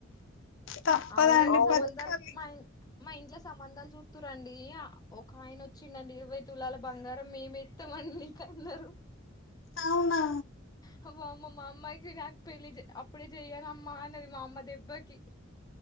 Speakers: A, on the left (about 70°); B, on the left (about 20°).
A: తప్పదండి
B: అవునండి సంబంధాలు
A: బతకాలి
B: మా ఇన్ మా ఇంట్ల సంబంధాలు చూత్తురండి ఒక ఆయన వచ్చిండండి ఇరవై తులాల బంగారం మేము ఇత్త మన కన్నారు
A: అవునా
B: హ వామ్మో మా అమైతే నాక్ పెళ్లి చె అప్పుడే చెయ్యానమ్మ అన్నది మా అమ్మ దెబ్బకి